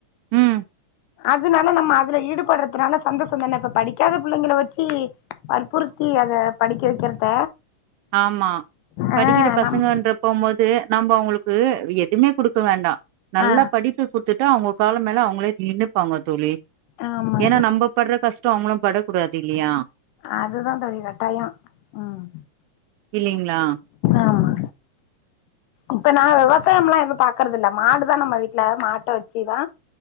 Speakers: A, on the right (about 80°); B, on the left (about 85°).
A: ம்
B: அதனால நம்ம அதுல ஈடுபடுறதுனால சந்தோஷந் தானே இப்ப படிக்காத புள்ளைங்கள வெச்சு வற்புறுத்தி அத படிக்க வைக்கிறத
A: ஆம்மா படிக்கிற
B: ஆ
A: பசங்கன்ற
B: நம்
A: போம்போது நம்ம அவங்ளுக்கு எதுவுமே குடுக்க வேண்டா நல்ல
B: ஆ
A: படிப்பு குடுத்துட்டு அவங்க கால மேல அவங்ளே மீண்டுப்பாங்க தோழி
B: ஆம்மா
A: ஏனா நம்ப படுற கஷ்டம் அவங்களு படக் கூடாது இல்லையா
B: அதுதாந்தோழி கட்டாயோ ம்
A: இல்லீங்ளா
B: ஆமா இப்ப நா விவசாயம் எல்லா எது பாக்குறது இல்ல மாடுதா நம்ம வீட்ல மாட்ட வெச்சுதா